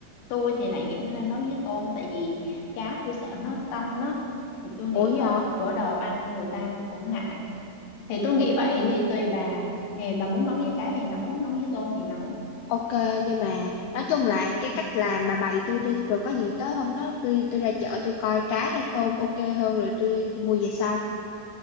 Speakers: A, on the left; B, on the left.
A: tôi thì lại nghĩ nên nấu với tôm tại vì cá tôi sợ nó tanh đó thì tôi
B: ủi
A: nghĩ
B: hả?
A: ờ, bữa đầu ăn người ta cũng ngại thì tôi nghĩ vậy thì tùy bà thì bà muốn nấu với cá thì nấu nấu với tôm thì nấu
B: Ok nhưng mà nói chung là cái cách làm bà bày tôi đi rồi có gì tới hôm đó tôi tôi ra chợ tôi coi cá hay tôm ok hơn rồi tôi tôi mua về sau.